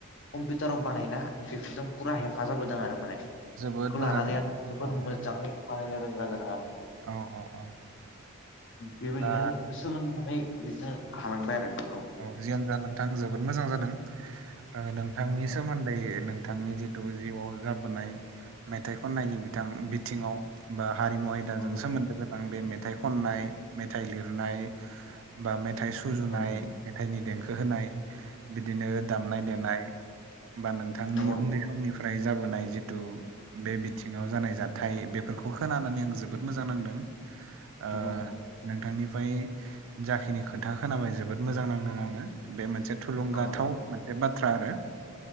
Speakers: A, on the left; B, on the right.
A: कम्पिउटाराव बानायना बेफोरजों फुरा हेफाजाब होदों आरो माने।
B: जोबोद
A: बेखौ
B: मोजां
A: लानानै आं जोबोर
B: औ
A: मोजाङै बानायनो गोरों जादों आरो
B: औ औ औ
A: बेबायदिनो
B: दा
A: सोलोंनानै बिदिनो हालांबाय आरो।
B: औ जियान आओमबा नोंथां जोबोद मोजां जादों। नोंथांनि
A: नोंथां
B: सोमोन्दै नोंथांनि जिथु जिउआव मेथाइ खननायनि बिथां बिथिङाव बा हारिमु आयदाजों
A: औ नोंथां
B: सोमोनदो गोनां बे मेथाइ खननाय मेथाइ लिरनाय बा मेथाइ सुजुनाय
A: औ नोंथां
B: मेथाइनि देंखो होनाय बिदिनो दामनाय देनाय बा नोंथां बिथांनि
A: नंगौ नोंथां
B: उन्दै समनिफ्राय जाबोनाय जिथु बे बिथिङाव जानाय जाथाय बेफोरखौ खोनानानै आं जोबोद मोजां नांदों। ओ
A: नंगौ नोंथां
B: नोंथांनिफ्राय जाखिनि खोथा खोनाबाय जोबोद मोजां नांदों आङो बे मोनसे थुलुंगाथाव
A: औ नोंथां
B: मोनसे बाथ्रा आरो।